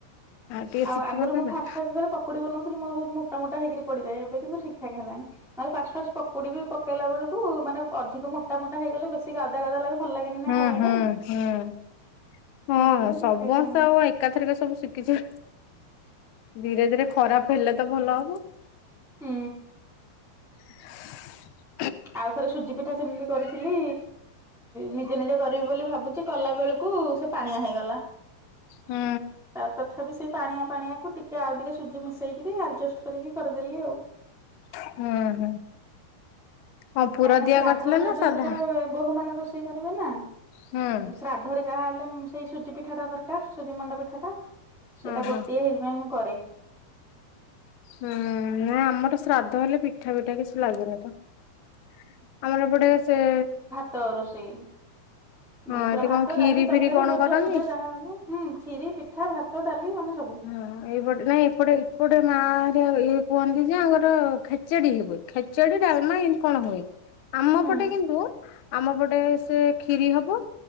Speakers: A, on the left; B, in the centre.
A: ଟିକେ
B: ଆଉ
A: ଶିଖିବ
B: ଆଗରୁ
A: ନା
B: ମୁଁ
A: ନାଇଁ।
B: ଫାଷ୍ଟ ଫାଷ୍ଟ ଯେତେବେଳେ ପକୁଡି ବନଉଥିଲି ମୋ ବହୁତ ମୋଟ ମୋଟା ହେଇକରି ପଡିଯାଏ ଏବେ କିନ୍ତୁ ଠିକ ଠାକ ହେଲାଣି। ମାନେ ଫାଷ୍ଟ ଫାଷ୍ଟ ପକୁଡି ବି ପକେଇଲା ବେଳକୁ ମାନେ ଅଧିକ ମୋଟ ମୋଟା ହେଇଗଲେ ବେଶୀ ଗାଦା ଗାଦା ଲାଗେ ଭଲ ଲାଗେନି ନା
A: ହୁଁ
B: ଖାଇବା
A: ହୁଁ
B: ପାଇଁ।
A: ହୁଁ ହଁ
B: ଏବେ କିନ୍ତୁ ଠିକ
A: ସମସ୍ତେ
B: ଠାକ ହେଲାଣି।
A: ଆଉ ଏକାଥରିକ ସବୁ ଶିଖିଛି ଧୀରେ ଧୀରେ ଖରାପ ହେଲେ ତ ଭଲ ହବ
B: ହଁ
A: <inaudible>
B: ଆଉ ଥରେ ସୁଜି ପିଠା ସେମିତି କରିଥିଲି ନିଜେ ନିଜେ କରିବି ବୋଲି ଭାବୁଛି କଲା ବେଳକୁ କୁ ସେ ପାଣିଆ ହେଇଗଲା
A: ହୁଁ
B: ତାର ତଥାପି ସେ ପାଣିଆ ପାଣିଆକୁ ଟିକ କି ଆଉ ଟିକେ ସୁଜି ମିଶେଇକରି ଆଡଜଷ୍ଟ କରିକି କରିଦେଲି ଆଉ
A: ହୁଁ ହଁ ପୁର
B: କାହିଁକି ନା
A: ଦିଆ
B: ଶ୍ରାଦ୍ଧ
A: କରିଥିଲ
B: ଫ୍ରାଦ୍ଧ
A: ନା ସାଧା
B: ହେଲେ ବୋହୂ ମାନେ ରୋଷେଇ କରିବେ ନା ଶ୍ରାଦ୍ଧ
A: ହୁଁ
B: ଦ୍ଧରେ ଯାହା ହେଲେ ସେଇ ସୁଜି ପିଠା ଟା ଦରକାର ସୁଜି ମଣ୍ଡା ପିଠାଟା ସେଇଟା
A: ଓହୋ
B: ଗୋଟିଏ ହେଇ ପାଇଁ ମୁଁ କରେ
A: ହୁଁ ନାଇଁ ଆମର ଶ୍ରାଦ୍ଧ ହେଲେ ପିଠା ପିଠା କିଛି ଲାଗୁନି ଆମର ଏ ପଟେ ସେ
B: ତ ରୋଷେଇ
A: ହଁ
B: ମାନେ ପୁରା
A: ଏଠି
B: ଭାତ
A: କଣ ଖିରି
B: ଡାଲି ତରକାରୀ
A: ଫିରି କଣ
B: ଭଜା
A: କରନ୍ତି
B: ଫଜା ଯାହା ହବ ହୁଁ ଖିରୀ ପିଠା ଭାତ ଡାଲି ମାନେ ସବୁ
A: ହଁ ଏପଟେ ନାଇଁ ଏପଟେ ଏପଟେ ମାଆ ଇଏ କୁହନ୍ତି ଯେ ଆଙ୍କର ଖେଚେଡି ଖେଚେଡି ଡ଼ାଲମା ଏମିତି କଣ ହୁଏ ଆମ
B: ହୁଁ
A: ଏପଟେ କିନ୍ତୁ ଆମ ପଟେ ସେ ଖିରି ହବ